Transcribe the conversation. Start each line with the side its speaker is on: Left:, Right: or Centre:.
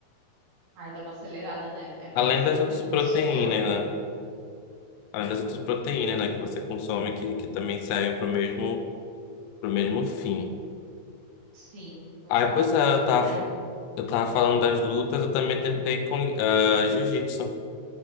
Right: Ai, dá uma acelerada, né? É mais
Left: Além das
Right: tranquilo
Left: outras proteínas,
Right: pro seu corpo.
Left: né? Além das outras proteínas, né, que você consome, que, que também servem pro mesmo, pro mesmo fim.
Right: Sim, total.
Left: Aí, pois é, eu tava,
Right: Ai,
Left: fa- eu tava falando das lutas, eu também tentei com ah, jiu-jitsu.